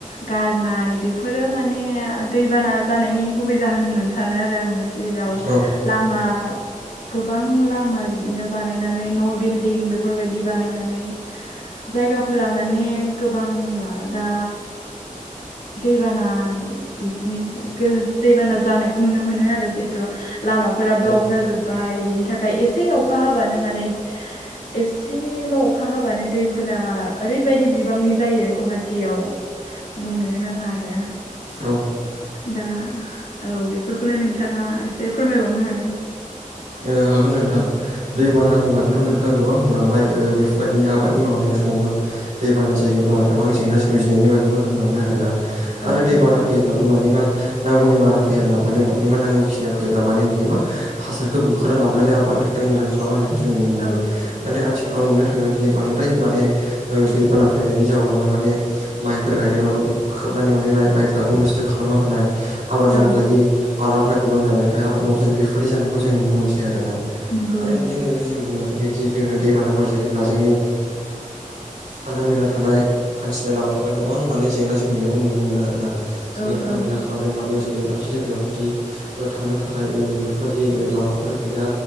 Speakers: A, on the left (about 85°); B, on the right (about 70°).
A: गारनाय बे फोरो माने दैबाना जानायनि गुबै जाहोन होननानै सानो आरो आङो। जेराव
B: औ
A: लामा गोबां लामा बिदिनो बानायनानै न' बिल्दि बेफोरबायदि बानायनानै जायगाफोरा माने गोबां दा दैबाना बिदिनो दैबाना जानायखौ नुनो मोनो आरो जिहेथु लामाफोरा
B: औ
A: ब्लक जाजोब बाय। बिनि थाखाय एसे अखा हाबानो माने एसेल' अखा हाबानो दैफोरा ओरैबायदि बिबांनि जायो गुवाहाटीयाव। बुंनोनो नाङा आरो।
B: ओ
A: दा औ बेफोरखौनो नोंथाङा एसे फोरमायबावनो हागोन।
B: ओ हागोन नोंथां। दैबानानि बागैथ' नोंथाङा गोबां होनलांबाय। ओ- बेफोरबायदिनो आबादनि मावनाय समावबो दैबाना जायोब्ला गोबां जेंना सोमजिनायनि बागैबो होनलांबाय आरोना आरो
A: औ
B: दैबाना
A: औ
B: फैयोब्लाबो माने मा नांगौनि बारा फैयाला मानो मान मा नांगौ खिनिया फैयोब्ला माने बियो मा हासार खौ बुखारना लाबोनानै आबादानि थाखाय मोजां खालामनो होनानायखौ जों नुनो मोनो।
A: औ औ
B: नाथाय आथिखाल खालाम नुनो थांगोनदि बांद्राय माने ओ- दैबाना फैनायनि जाउनावहाय माने माइफोर गायदोंब्लाबो बेखौ खोबनानै मानाय होनाय माइफाब नस्थ' खालामना होनाय आबाद मावजायो
A: औ
B: बालाफ्रा गोबां जानायखाय आबाद मावजायो बेफोरदि जानायखौ जों नुनो मोनसै आरोना।
A: नंगौ
B: आरो
A: नंगौ
B: बेजों लोगोसे जों बुंनो हायोदि जोङो दैबानाफोर जायोब्ला जोंनि
A: <inaudible>
B: हान्था मेला थानाय हान्थिनाय लामाफोरा गोबां माने जेंना सोमजिनायखौ नुनो मोनो आरोना। जेरै
A: औ
B: हान्था
A: औौ
B: मेला खालामदोंब्लाबो जेरै दाबसे जायगायाव जुदि थांनो थाखाय ओ-बेफोरबायदि बे लामाफोर गैया